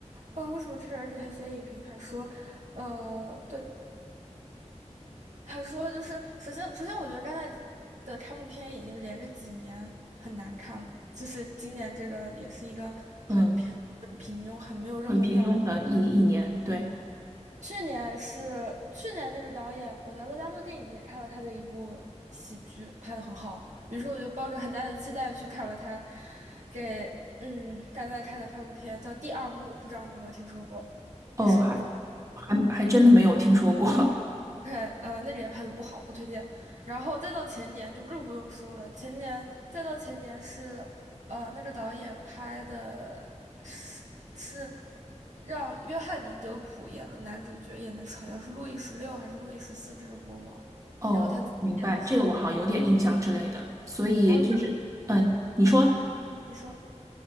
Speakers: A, on the right; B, on the right.
A: 啊、为什么这种人给他写影评还说，呃，对。<laughs> 他说就是，首先首先我觉得戛纳的开幕片已经连着几年很难看了，就是今年这个也是一个
B: 嗯，
A: 很平庸、很没有任何尿点
B: 很平庸的一一年，对。
A: 去年是去年那个导演，我在洛迦诺电影节看了他的一部喜剧，拍的很好，于是我就抱着很大的期待去看了他给嗯戛纳开的开幕片，叫《第二幕》，不知道你有没有听说过，
B: 哦，
A: 也是一部。
B: 还还还真的没有听说过。<laughs>
A: 看，呃，那里也拍的不好，不推荐。然后再到前年就更不用说了，前年再到前年是，呃，那个导演拍的是是让约翰尼·德普演了男主角，演的是好像是路易十六还是路易十四这个国王，
B: 哦，
A: 然后他自己演的是，
B: 明白，这个我好像有点印象之类的。所以就是，
A: 然后这部
B: 嗯，你说。
A: 片你说